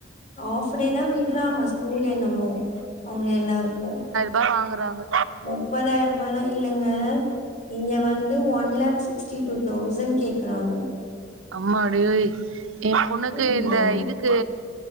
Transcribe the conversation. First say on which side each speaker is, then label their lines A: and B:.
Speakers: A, on the left; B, on the right.
A: ஆஃப் டே தா விட்றாங்க ஸ்கூல் என்னமோ ஒங்க எல்லா இருக்கு
B: பா வாங்குறாங்க
A: முப்பதாயிரோ ரூபால்லா இல்லங்க இங்க வந்து one lakh sixty two thousand கேக்குறாங்க
B: அம்மாடியோய் ஏ பொண்ணுக்கு
A: ஆமா
B: இந்த இதுக் கு